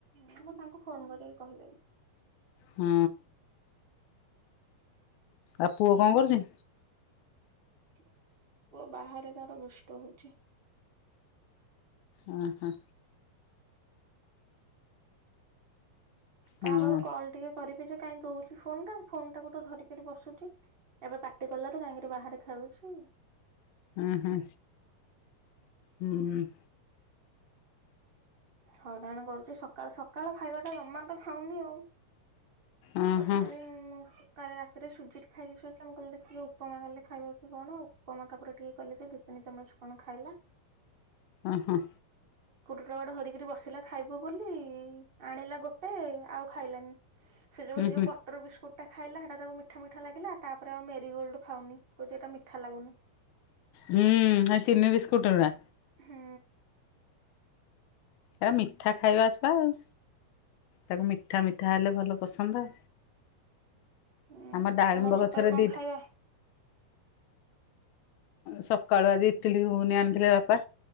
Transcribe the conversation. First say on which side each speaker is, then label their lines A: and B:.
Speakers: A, on the right; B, on the left.
A: ହୁଁ ମୁଁ ତାଙ୍କୁ ଫୋନ୍ କରିକି କହିଦେବି?
B: ହୁଁ। ଆଉ ପୁଅ କଁ କରୁଚି?
A: ପୁଅ ବାହାରେ ତାର ଦୁଷ୍ଟ ହଉଚି।
B: ଉଁ ହୁଁ।
A: କାହା
B: ହଁ
A: ପାଖକୁ କଲ୍ ଟିକେ କରିବିଯେ କାଇହିଁ ଦଉଛୁ ଫୋନଟା ଫୋନଟାକୁତ ଧରିକରି ବସୁଚି ଏବେ ପାଟି କଲାରୁୁ ଯାଇକିରି ବାହାରେ ଖେଳୁଚି
B: ଉଁ ହୁଁ ହୁଁ।
A: ହଇରାଣ କରୁଚି ସକାଳ ସକାଳ ଖାଇବାଟା ଜମାତ ଖାଉନି ଆଉ?
B: ଓହୋ
A: ତଥାପି ମୁଁ କାଲି ରାତିରେ ସୁଜି ଖାଇକି ଶୋଇଥିଲା ମୁଁ କହିଲି ଦେଖିଆ ଉପମା କଲେ ଖାଇବକି କଣ ଆଉ ଉପମା ତାପରେ ଟିକେ କଲିଯେ ଟି ତିନି ଚାମଚ କଣ ଖାଇଲା
B: ଅଁ ହଁ।
A: ପ୍ଲଡ଼ ହରିକି ବସିଲା ଖାଇବ ବୋଲି ଆଣିଲା ଗୋଟେ ଆଉ ଖାଇଲାନି। ସେ ଯୋଉ
B: ହୁଁ
A: ହେଯୋଉ
B: ହୁଁ
A: <unintelligible> ବଟର୍ ବିସ୍କୁଟୁଟା ଖାଇଲା ହେଟା ତାକୁ ମିଠା ମିଠା ଲାଗିଲା ତାପରେ ଆଉ ମେରିଗୋଲ୍ଡ ଖାଉନି କହୁଛି ଏଟା ମିଠା ଲାଗୁନି।
B: ହୁଁ ହେ ଚିିନି ବିସ୍କୁଟୁ ଅରା।
A: ହୁଁ।
B: ହେ ମିଠା ଖାଇବା ଛୁଆ ଆଉ? ତାକୁ ମିଠା ମିଠା ହେଲେ ଭଲ ପସନ୍ଦ।
A: ଉଁ
B: ଆମ ଡାଳିମ୍ବ
A: ତମର
B: ଗଛରେ
A: ସକାଳୁ କଣ
B: ଦିଟା
A: ଖାଇବା?
B: ସକାଳୁ ଆଜି ଇଟିଲି ଘୁଗୁନି ଆଣିଥିଲେ ବାପା